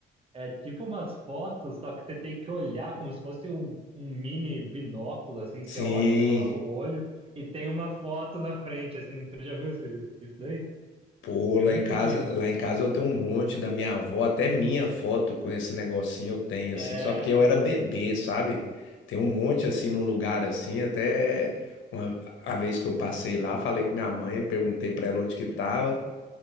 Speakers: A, on the right (about 30°); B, on the left (about 75°).
A: É tipo umas fotos, só que você tem que olhar como se fosse um, um mini binóculo, assim, você
B: Sim.
A: olha, você coloca o olho e tem uma foto na frente, assim. Você já viu esse- isso daí?
B: Pô,
A: É
B: lá
A: muito
B: em casa,
A: antigo.
B: lá em casa eu tenho um monte da minha avó, até minha foto com esse negocinho eu tenho
A: É,
B: assim, só porque eu era bebê, sabe? Tem um monte assim num lugar assim, até uma a vez que eu passei lá, falei com minha mãe, perguntei pra ela onde que tava.